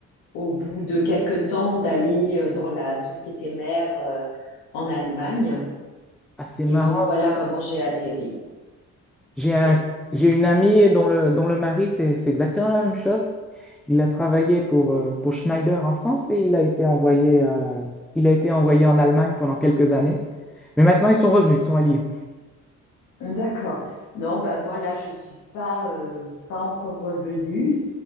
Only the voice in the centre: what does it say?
Ah, c'est
marrant
ça.
J'ai un-
j'ai une amie dont le, dont le mari, c'est c'est exactement la même chose. Il a travaillé pour, euh, pour Schneider en France et il a été envoyé, euh, il a été envoyé en Allemagne pendant quelques années. Mais maintenant, ils sont revenus, ils sont à Lyon.